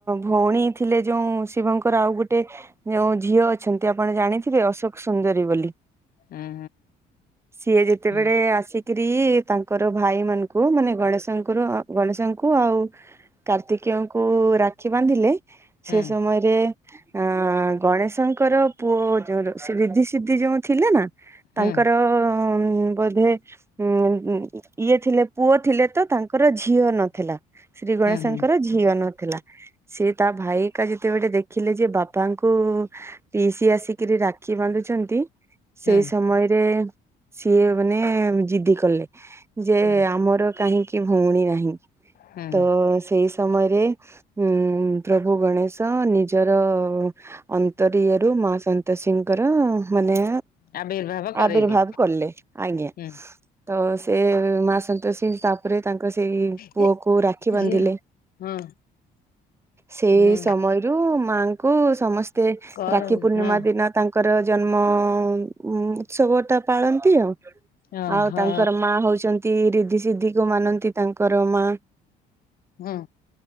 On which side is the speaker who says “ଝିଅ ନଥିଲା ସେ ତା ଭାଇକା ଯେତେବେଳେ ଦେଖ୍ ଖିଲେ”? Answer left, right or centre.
Right